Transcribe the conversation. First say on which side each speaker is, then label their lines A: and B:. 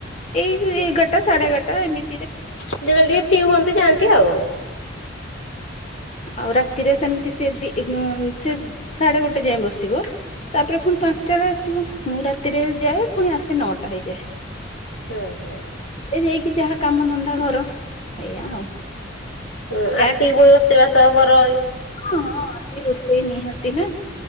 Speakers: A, on the left; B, on the left.
A: ଏଇ ଏଗାରଟା ସାଢେ ଏଗାରଟା ଏମିତି
B: ଯେତେବେଳେ ଟିକେ ଫ୍ରି ହୁଅନ୍ତି ଯାଆନ୍ତି ଆଉ।
A: ଆଉ ରାତିରେ ସେମତି ସେ ସେ ସାଢେ ଗୋଟେ ଯାଏ ବସିବ। ତାପରେ ପୁଣି ପାଞ୍ଚଟା ବେଳେ ଆସିବ ମୁଁ ରାତିରେ ଯାଏ ପୁଣି ଆସେ ନଅଟା ହେଇଯାଏ।
B: ହୁଁ ହୁଁ।
A: ଏ ଯାଇକି ଯାହା କାମ ଧନ୍ଦା ଘର ଏଇଆ ଆଉ
B: ହୁଁ
A: ପ୍ୟାକ୍
B: ଆସିକି ପୁଣି ରୋଷେଇ ବାସ କର।
A: ହଁ ହଁ ଆସିକି ରୋଷେଇ ନିହାତି ନା।